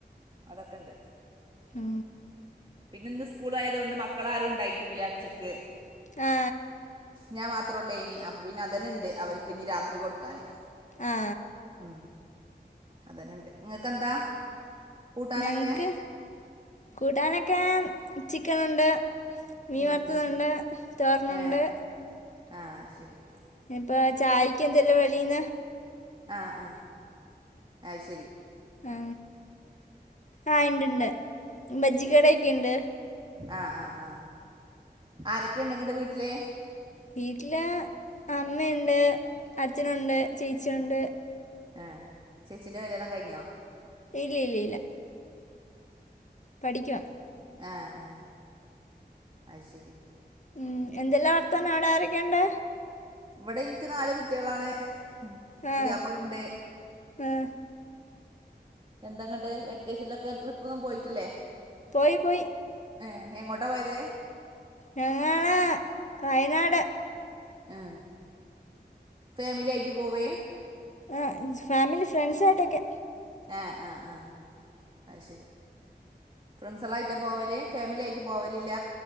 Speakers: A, on the right; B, on the left.
A: അതെക്കെണ്ട്
B: ആ
A: പിന്നെ ഇന്ന് സ്കൂളായതുകൊണ്ട് മക്കളാരും ഉണ്ടായിട്ടൂല്ലാ ഉച്ചക്ക്
B: ആ
A: ഞാൻ മാത്രയൊള്ളേയിനി അപ്പൊ പിന്നെ അതന്നെണ്ട് അവർക്കിനി രാത്രികൊടുക്കാന്
B: ആ
A: ഉം അതന്നെണ്ട് നിങ്ങക്കെന്താ കൂട്ടാനൊക്കെ
B: ഞങ്ങ്ക്ക് കൂട്ടാനൊക്കെ ചിക്കനൊണ്ട് മീൻ
A: ഉം
B: വറുത്തതൊണ്ട്
A: ഉം
B: തോരനൊണ്ട്
A: ഏ ആഹ് ശരി
B: ഇപ്പോ ചായക്ക് എന്തെല്ലോ വെളീന്ന്
A: ആ ആ അയ്ശെരി.
B: ആ ആ ഇണ്ടിണ്ട് ബജിക്കടക്കെ ഇണ്ട്.
A: ആ ആ ആ ആരൊക്കെണ്ട് ഇങ്ങടെ വീട്ടില്
B: വീട്ടില് അമ്മയൊണ്ട് അച്ഛനൊണ്ട് ചേച്ചിയൊണ്ട്.
A: ആ ചേച്ചിന്റേ കല്യാണം കഴിഞ്ഞോ
B: ഇല്ല ഇല്ല ഇല്ല പഠിക്കുവാ
A: ആ ആ അയ്ശെരി
B: ഉം എന്തെല്ലാം വർത്താനാണ് ആരൊക്കെയൊണ്ട്
A: ഇവിടെ എനിക്ക് നാലുകുട്ടികളാണ്
B: ആ
A: പുതിയാപ്ളയൊണ്ട്.
B: ആ
A: എന്താങ്ങോട്ട് വെക്കേഷനിലൊക്കെ ട്രിപ്പൊന്നും പോയിട്ടില്ലേ
B: പോയി പോയി.
A: ഏ എങ്ങോട്ടാ പോയത്.
B: ഞങ്ങള് വയനാട്
A: ആ ഫാമിലിയായിട്ട് പോവേ
B: ആ ഫാമിലി ഫ്രണ്ട്സായിട്ടൊക്കെ
A: ആഹ് ആഹ് ആഹ് അഹ് ശരി. ഫ്രണ്ട്സുകള് ആയിട്ട പോവല് ഫാമിലി ആയിട്ട് പോവലില്ല